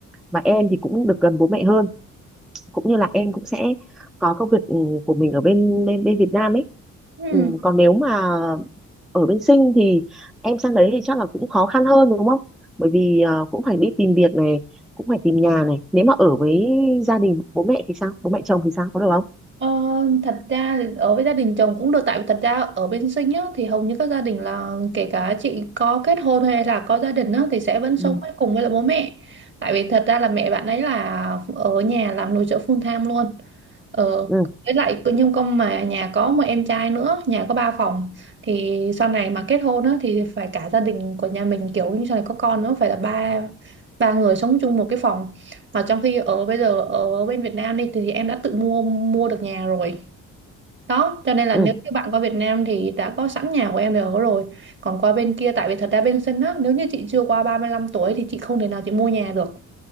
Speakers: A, in the centre; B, on the right (about 40°).
A: và em thì cũng được gần bố mẹ hơn cũng như là em cũng sẽ có công việc ừ, của mình ở bên bên bên Việt Nam ấy
B: Ừ.
A: ừ, còn nếu mà ở bên Sinh thì em sang đấy thì chắc là cũng khó khăn hơn đúng không bởi vì ờ, cũng phải đi tìm việc này cũng phải tìm nhà này nếu mà ở với gia đình bố mẹ thì sao bố mẹ chồng thì sao có được không
B: Ờ, thật ra thì ở với gia đình chồng cũng được tại vì thật ra ở bên Sinh á, thì hầu như các gia đình là kể cả chị có kết hôn hay là có gia đình á, thì sẽ vẫn sống
A: ừ
B: với cùng với lại bố mẹ tại vì thật ra là mẹ bạn ấy là ở nhà làm nội trợ full time luôn Ờ,
A: ừ
B: với lại cứ- nhưng con mà nhà có một em trai nữa, nhà có ba phòng thì sau này mà kết hôn á thì phải cả gia đình của nhà mình kiểu như sau này có con nữa phải là ba ba người sống chung một cái phòng. Mà trong khi ở bây giờ ở bên Việt Nam đi thì em đã tự mua mua được nhà rồi. Đó, cho nên là
A: ừ
B: nếu như bạn qua Việt Nam thì đã có sẵn nhà của em để ở rồi. Còn qua bên kia tại vì thật ra bên sân á, nếu như chị chưa qua 35 tuổi thì chị không thể nào chị mua nhà được